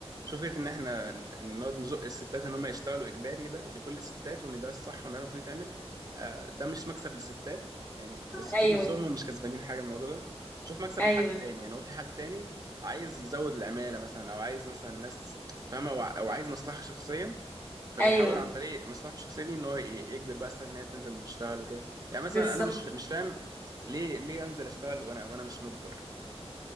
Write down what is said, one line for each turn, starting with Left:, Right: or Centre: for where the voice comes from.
Right: بشوف فكرة إن إحنا ن- نقعد نزق الستات إن هم يشتغلوا إجباري ده لكل الستات وإن ده الصح وإن ده المفروض يتعمل آه، ده مش مكسب للستات يعني الستات
Left: ايوه
Right: نفسهم هم مش كسبانين حاجة من الموضوع ده بشوف مكسب
Left: ايوه
Right: لحد تاني يعني هو في حد تاني عايز يزود العمالة مثلا أو عايز مثلا ناس فاهمة أو أو عايز مصلحة شخصية فبيحاول
Left: ايوه
Right: عن طريق مصلحته الشخصيه دي ان هو ي- يجبر بقى ستات ان هي تنزل وتشتغل وكده يعني مثلا
Left: بالظبط
Right: انا مش مش فاهم ليه ليه انزل اشتغل وانا وانا مش مجبر